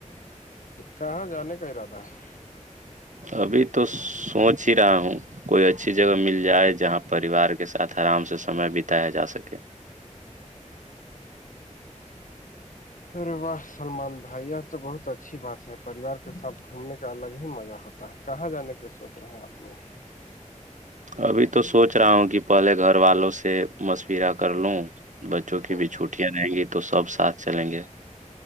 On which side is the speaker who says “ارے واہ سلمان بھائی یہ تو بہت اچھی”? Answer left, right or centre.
Left